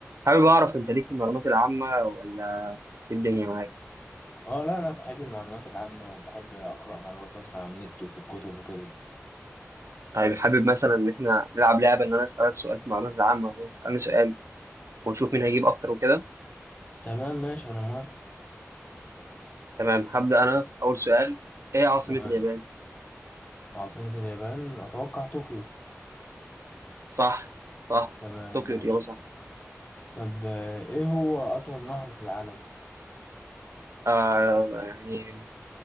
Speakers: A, on the right; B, on the left.
A: حابب اعرف انت ليك في المعلومات العامه ولا ايه الدنيا معاك
B: اه لا انا بحب المعلومات العامة وبحب اقرأ معلومات مثلا على النت وفي الكتب وكده
A: طيب حابب مثلا ان احنا نلعب لعبه ان انا اسالك سؤال في المعلومات العامه وتسالني سؤال ونشوف مين هيجيب اكتر وكده
B: تمام ماشي انا موافق
A: تمام هبدا انا في اول سؤال ايه عاصمه
B: تمام
A: اليابان
B: عاصمة اليابان اتوقع طوكيو
A: صح صح
B: تمام
A: طوكيو
B: ماشي
A: الاجابه صح
B: طب آه، ايه هو اطول نهر في العالم
A: آه يعني